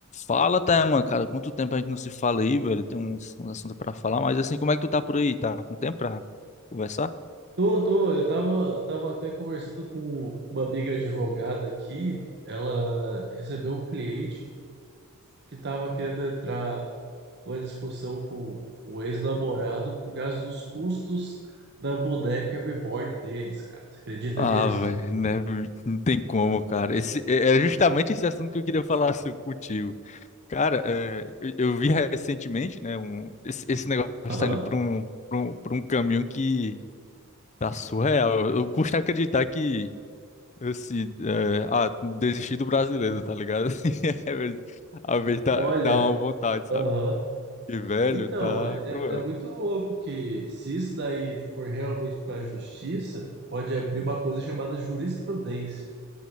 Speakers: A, on the left (about 30°); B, on the right (about 50°).
A: Fala, Thelma, cara. Quanto tempo a gente não se fala aí, velho? Tem uns, uns assuntos pra falar, mas assim, como é que tu tá por aí? Tá com tempo pra conversar?
B: Tô, tô, eu tava, tava até conversando com uma amiga advogada aqui. Ela recebeu um cliente que tava querendo entrar numa discussão com, com o ex-namorado por causa dos custos da boneca reborn deles, cara. Você acredita
A: Ah,
B: nisso?
A: velho, né? Não tem como, cara. Esse, é é justamente esse assunto que eu queria falar so- contigo. Cara, é, eu, eu vi recentemente, né? Um, esse, esse negócio
B: Aham.
A: tá indo pra um, pra um, pra um caminho que tá surreal. Eu custa acreditar que. Assim, é, ah, desistir do brasileiro, tá ligado? <laughs> Assim, é, velho, Às vezes dá,
B: Olha,
A: dá uma vontade, sabe?
B: aham.
A: Que velho,
B: Então,
A: tá
B: é,
A: cruel.
B: é é muito louco que se isso daí for realmente para a justiça, pode abrir uma coisa chamada jurisprudência.